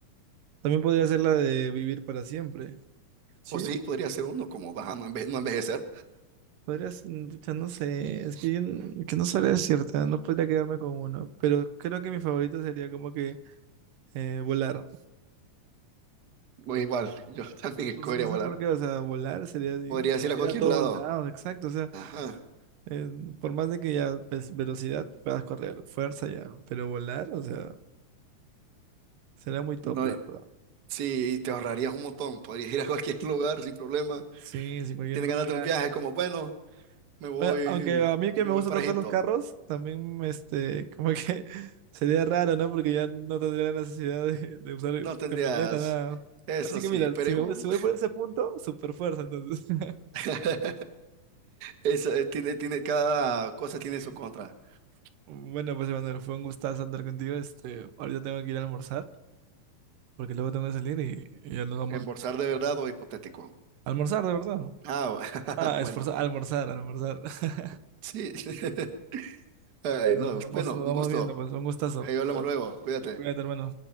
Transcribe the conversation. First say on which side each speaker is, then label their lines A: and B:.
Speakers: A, on the right; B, on the right.
A: también podría ser la de vivir para siempre. Sí,
B: O sí, podría ser uno como baja, no, enve- no envejecer.
A: podrías, mm, pucha, no sé, es que, yo n- que no sabría decirte, no podría quedarme con uno, pero creo que mi favorito sería como que eh, volar.
B: O igual, yo <laughs> también escogería
A: No sé, no sé
B: volar.
A: por qué, o sea, volar sería ir,
B: Podrías ir
A: ir
B: a cualquier
A: a todos
B: lado.
A: lados, exacto, o sea,
B: Ajá.
A: eh, por más de que ya pues, velocidad puedas correr, fuerza ya, pero volar, o sea, sería muy top,
B: No,
A: la verdad.
B: sí, y te ahorrarías un montón. Podrías ir a cualquier <laughs> lugar sin problema.
A: Sí, sin cualquier
B: Tienes
A: lugar.
B: ganas de un viaje, como, bueno, me voy,
A: Oye, Aunque a mí que
B: me
A: me
B: voy
A: gustan
B: para
A: tanto
B: Egipto.
A: los carros, también este, como que <laughs> sería raro, ¿no? Porque ya no tendría la necesidad de, de usar
B: No tendrías,
A: camioneta, nada.
B: eso
A: Así que
B: sí,
A: mira,
B: pero
A: si
B: igual.
A: me voy, si voy por ese punto, super fuerza, entonces. <laughs>
B: <laughs> Es, eh, tiene, tiene, cada cosa
A: Sí.
B: tiene su contra.
A: Bueno, pues Emanuel, fue un gustazo andar contigo. Este, ahorita tengo que ir a almorzar, porque luego tengo que salir y, y ya nos vamos
B: Embolsar de verdad o hipotético.
A: a almorzar, de verdad.
B: Ah,
A: Ah,
B: <laughs> bueno,
A: esforzar, almorzar, almorzar. <laughs>
B: sí. <laughs> Ay,
A: Bueno,
B: no,
A: nos vamos,
B: bueno,
A: nos
B: un
A: vamos
B: gusto.
A: viendo, pues un gustazo.
B: Ahí hablamos
A: Nos vemos.
B: luego. Cuídate.
A: Cuídate, hermano.